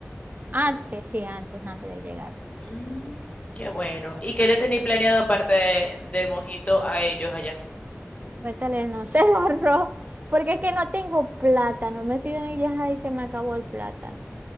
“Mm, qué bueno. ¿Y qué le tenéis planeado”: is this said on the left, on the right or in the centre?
Left